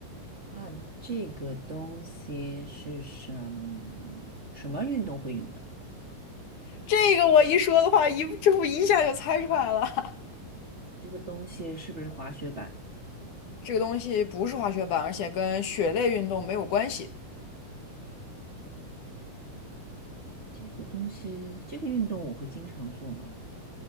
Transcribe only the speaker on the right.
啊，这个东西是什么什么运动会用的？
这个东西是不是滑雪板？
这个东西，这个运动我会经常做吗？